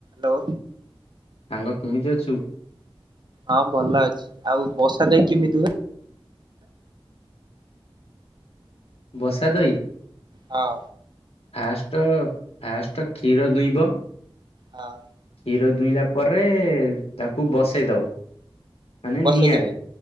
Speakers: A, on the right (about 50°); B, on the left (about 85°).
A: ଲୋ
B: ସାଙ୍ଗ କେମିତି ଅଛୁ?
A: ହଁ ଭଲ ଅଛି, ଆଉ ବସା ଦହି କେମିତି ହୁଏ?
B: ବସା ଦଇ?
A: ହଁ।
B: ଫାଷ୍ଟ ଫାଷ୍ଟ କ୍ଷୀର ଦୁଇଁବ
A: ହଁ
B: କ୍ଷୀର ଦୁଇଁଲା ପରେ ତାକୁ ବସେଇଦବ ମାନେ
A: ବସେଇଦବେ,
B: ନିଆଁରେ